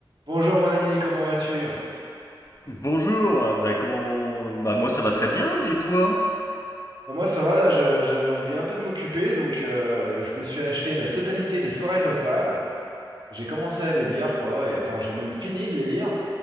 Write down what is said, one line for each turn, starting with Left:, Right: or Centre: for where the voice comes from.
Right: Bonjour mon ami, comment vas-tu?
Left: Bonjour, bah comment... Bah moi ça va très bien, mais toi?
Right: Bah, Moi ça va, là je- j'avais envie un peu de m'occuper, donc euh, je me suis acheté la totalité des Forêts d'Opale. J'ai commencé à les lire, quoi, et enfin j'ai même fini de les lire.